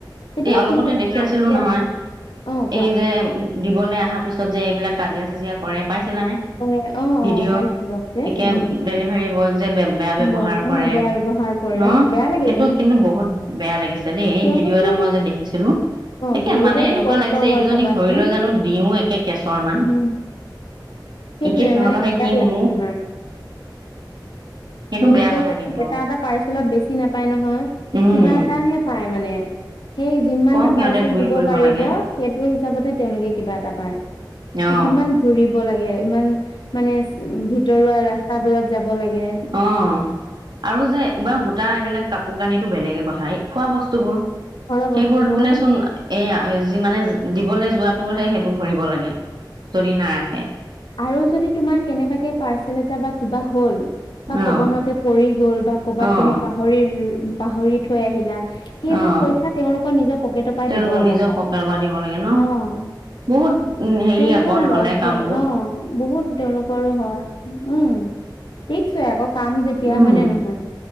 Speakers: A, on the left; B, on the right.
A: কেতিয়াবা
B: এই অলপতে
A: কি হয়
B: দেখি আছিলো
A: যে
B: নহয়,
A: অ', কোৱা।
B: এই যে দিবলৈ অহাৰ পিছত যে এইবিলাক কাজিয়া চাজিয়া কৰে পাইছিলানে? ভিডিঅ'
A: কৰে অ', অ', পাইছিলো আগতে
B: একে
A: উম,
B: ডেলিভাৰী বয়ক যে বেয়া ব্যৱহাৰ
A: বৰ অ',
B: কৰে।
A: বেয়া ব্যৱহাৰ কৰে
B: ন
A: বেয়া লাগে
B: সেইটো কিন্তু বহুত বেয়া লাগিছে দেই, এই
A: তেওঁলোকে
B: ভিডিঅ' এটা
A: অলপ
B: মই যে দেখিছিলোঁ।
A: অ',
B: একে
A: তেওঁলোকৰতো
B: মানে এনেকুৱা
A: কষ্ট
B: লাগিছে এইকেইজনীক
A: হয় ভাবাচোন
B: ধৰি লৈ জানো দিওঁ কে চৰ মান।
A: উম, সেইটোয়ে
B: একেই সিহঁতৰ
A: মানে
B: সেই
A: বেয়া
B: কি
A: লাগে
B: মুখ।
A: তোমাৰ
B: সেইটো
A: তেওঁলোকে
B: বেয়া কথা কিন্তু।
A: এটা পাৰ্চেলত বেছি নাপায় নহয়,
B: উম
A: কিবা এটাহে পাই মানে যিমানটা
B: কম সিহঁতে
A: পাৰ্চেল
B: ঘূৰি
A: দিব
B: ফুৰিব
A: পাৰিব।
B: লাগে
A: সেইটো হিচাপতহে তেওঁলোকে কিবা এটা পায়,
B: অ
A: কিমান ঘূৰিব লাগে ইমান মানে ভিতৰুৱা ৰাস্তাবোৰত যাব লাগে।
B: অঁ, আৰু যে এইবাৰ গোটা এইবিলাক কাপোৰ কানিটো বেলেগে পঠাই এই খোৱা ব স্তুবোৰ
A: ঘৰৰ বস্তুবোৰ
B: সেইবোৰত বোলে চোন এয়া যি মানে দিবলে যোৱাতটোহে সেইটো ভৰিব লাগে যদি নাৰাখে।
A: আৰু যদি তোমাৰ কেনেবাকে পাৰ্চেল এটা বা কিবা হ'ল। বা
B: অঁ
A: ক'ব নোৱাৰে পৰি গ'ল বা ক'বাত
B: অঁ
A: তুমি পাহৰিৰ-পাহৰি থৈ আহিলা সেইবোৰ
B: অঁ
A: পইচা তেওঁলোকৰ নিজৰ পকেটৰ পাই
B: তেওঁলোকৰ
A: দিব লগা
B: নিজৰ
A: হয়
B: পকেটৰ পৰা দিব লাগে ন
A: অ'।
B: বহুত উম, হেৰি
A: তেওঁলোকৰ
B: আকৌ নহ'লে
A: লছ
B: কাম।
A: হয় অ' বহুত তেওঁলোকৰো হয় উম, <unintelligible> আক কাম যেতিয়া
B: উম
A: হয় নে নহয়